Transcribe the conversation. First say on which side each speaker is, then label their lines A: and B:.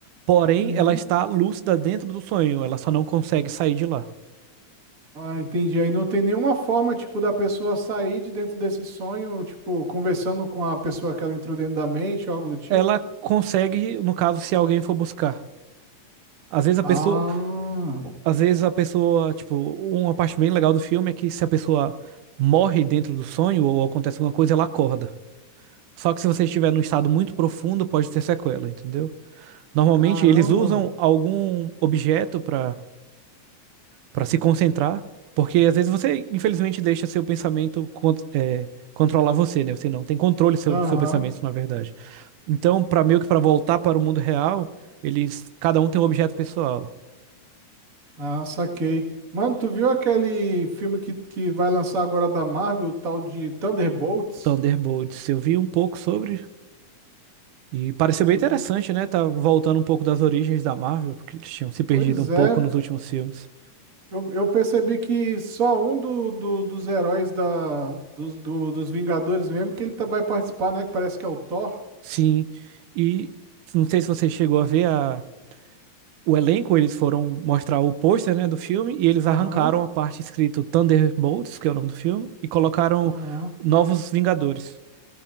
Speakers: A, on the right (about 85°); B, on the right (about 35°).
A: porém
B: Uhum.
A: ela está lúcida dentro do sonho, ela só não consegue sair de lá.
B: Ah, entendi. Aí não tem nenhuma forma, tipo, da pessoa sair de dentro desse sonho, tipo, conversando com a pessoa que ela entrou dentro da mente, algo do tipo.
A: Ela consegue, no caso, se alguém for buscar. Às vezes a
B: Ah,
A: pessoa, às vezes a pessoa, tipo, uma parte bem legal do filme é que se a pessoa morre dentro do sonho ou acontece alguma coisa, ela acorda. Só que se você estiver num estado muito profundo, pode ter sequela, entendeu? Normalmente
B: caramba.
A: eles usam algum objeto para para se concentrar, porque às vezes você, infelizmente, deixa seu pensamento con- é, controlar você, né? Você não tem controle sobre
B: Aham.
A: seu pensamento, na verdade. Então, para meio que para voltar para o mundo real, eles cada um tem um objeto pessoal.
B: Ah, saquei. Mano, tu viu aquele filme que, que vai lançar agora da Marvel, o tal de Thunderbolts?
A: Thunderbolts, eu vi um pouco sobre e pareceu bem
B: Tu
A: interessante,
B: viu?
A: né? Tá voltando um pouco das origens da Marvel, porque eles tinham se perdido
B: Pois
A: um pouco
B: é.
A: nos últimos filmes.
B: Eu, eu percebi que só um do, do- dos heróis da, dos, do- dos Vingadores mesmo que ele tá- vai participar, né? Que parece que é o Thor.
A: Sim. E não sei se você chegou a ver a, o elenco, eles foram mostrar o pôster, né, do filme e eles
B: Aham.
A: arrancaram a parte escrito Thunderbolts, que é o nome do filme, e colocaram
B: Aham.
A: Novos Vingadores.